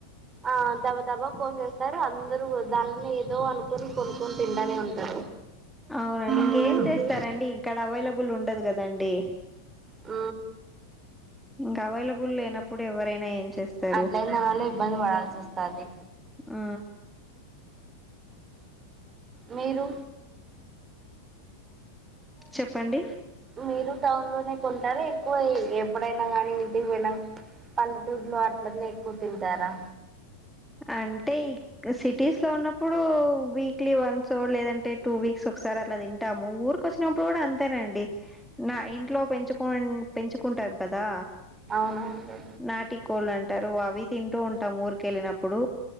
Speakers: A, on the right (about 20°); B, in the centre.
A: ఆ దబదబా కోసేస్తారు అందరుూ దానిని ఏదో అనుకుొని కొనుక్కొని తింటనే ఉంటారు
B: అవునండి ఇంకేం
A: అవునండి.
B: చేస్తారండి ఇక్కడా అవైలబుల్ ఉండదు కదండి
A: ఆ
B: ఇంకా అవైలబుల్ లేనప్పుడు ఎవరైనా ఏం చేస్తారు
A: అట్లయిన వాళ్ళు ఇబ్బంది పడాల్సి వస్తది
B: ఆ
A: మీరు
B: చెప్పండి
A: మీరు టౌన్లోనే కొంటారా ఎక్కువ ఎప్పుడైనా గానీ ఇంటికి పోయినా పల్లెటూరులో అట్లన్న ఎక్కువ తింటారా
B: అంటే సిటీస్లో ఉన్నప్పుడు వీక్లీ ఓన్సో లేదంటే టూ వీక్స్ ఒకసారి అలా తింటాము ఊరు కొచ్చినప్పుడు కూడా అంతేనండి నా ఇంట్లో పెంచుకు పెంచుకుంటాం కదా
A: అవునండి
B: నాటి కోళ్ళు అంటారు అవి తింటూ ఉంటాం ఊరికెళ్ళినప్పుడు